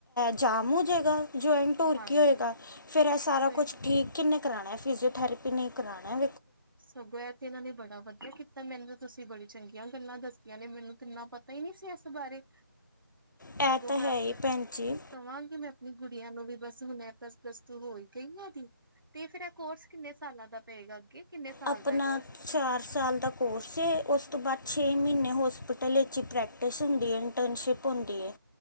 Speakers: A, on the left; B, on the right.
A: ਜਾਮੂ ਜ ਜਆਇਨ ਟੂਰ
B: ਹਾਂਜੀ
A: ਕੀ ਹੋਏਗਾ ਫਿਰ ਇਹ ਸਾਰਾ
B: ਸਹੀ
A: ਕੁਛ ਠੀਕ ਕਿੰਨੇ ਕੁ ਕਰਾਣਾ ਫਿਜ਼ਓਥੈਰੇਪੀ ਨਹੀਂ ਕਰਾਉ,
B: ਸਗੋਂ ਇਹ ਤੇ ਇਹਨਾਂ ਨੇ ਬੜਾ ਵਧੀਆ ਕੀਤਾ। ਮੈਨੂੰ ਤਾਂ ਤੁਸੀਂ ਬੜੀ ਚੰਗੀਆਂ ਗੱਲਾਂ ਦੱਸੀਆਂ ਨੇ ਮੈਨੂੰ ਤਾ ਇਨਾ ਪਤਾ ਹੀ ਨੀ ਸੀ ਇਸ ਬਾਰੇ, ਸਗੋਂ
A: ਇਹ ਤਾਂ
B: ਮੈਂ
A: ਹੈ
B: ਆਪਣੇ
A: ਹੀ ਭੈਣ ਜੀ
B: ਕਮਾਗੀ ਮੈਂ, ਕੁੜੀਆਂ ਨੂੰ ਵੀ ਬਸ ਹੁਣ ਇਹ ਪਲੱਸ ਪਲੱਸ ਟੂ ਹੋ ਹੀ ਗਈ ਆਦੀ ਤੇ ਫੇਰ ਇਹ ਕੋਰਸ ਕਿੰਨੇ ਸਾਲਾਂ ਦਾ ਪਏਗਾ ਅੱਗੇ। ਕਿੰਨੇ ਸਾਲ
A: ਆਪਣਾ
B: ਦਾ ਕੋਰਸ
A: ਚਾਰ ਸਾਲ ਦਾ ਕੋਰਸ ਉਸ ਤੋਂ ਬਾਅਦ ਛੇ ਮਹੀਨੇ ਹੋਸਪਿਟ ਟਲੇ ਪ੍ਰੈਕਟਿਸ ਹੁੰਦੀ ਹੈ ਇੰਟਰਨਸ਼ਿਪ ਹੁੰਦੀ ਐ।